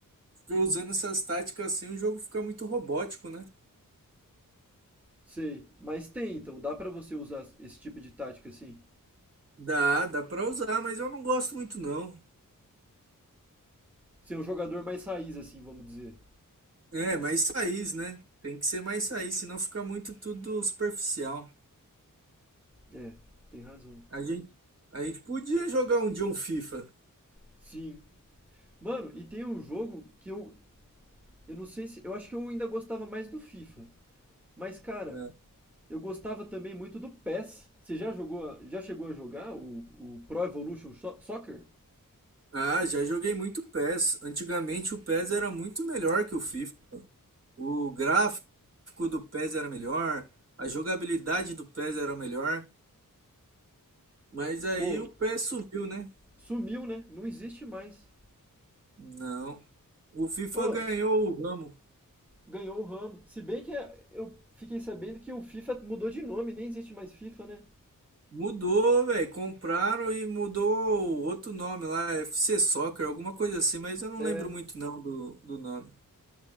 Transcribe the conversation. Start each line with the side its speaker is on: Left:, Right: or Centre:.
Right: porque usando essas táticas assim, o jogo fica muito robótico, né?
Centre: Sei. Mas tem, então, dá pra você usar esse tipo de tática assim?
Right: Dá, dá pra usar, mas eu não gosto muito não.
Centre: Ser um jogador mais raiz, assim, vamos dizer.
Right: É, mais raiz, né? Tem que ser mais raiz, senão fica muito tudo superficial.
Centre: É, tem razão.
Right: A gente, a gente podia jogar um dia um FIFA.
Centre: Sim. Mano, e tem um jogo que eu. Eu não sei se. Eu acho que eu ainda gostava mais do FIFA. Mas, cara,
Right: É.
Centre: Eu gostava também muito do PES. Você já jogou, a- já chegou a jogar o, o Pro Evolution So- Soccer?
Right: Ah, já joguei muito PES. Antigamente o PES era muito melhor que o FIFA. O gráfico do PES era melhor, a jogabilidade do PES era melhor. Mas aí
Centre: Pô,
Right: o PES subiu, né?
Centre: sumiu, né? Não existe mais.
Right: Não. O FIFA
Centre: Pô,
Right: ganhou o ramo.
Centre: ganhou o ramo. Se bem que é- eu fiquei sabendo que o FIFA mudou de nome, nem existe mais FIFA, né?
Right: Mudou, velho. Compraram e mudou outro nome lá, FC Soccer, alguma coisa assim, mas eu não
Centre: É.
Right: lembro muito não do, do nome.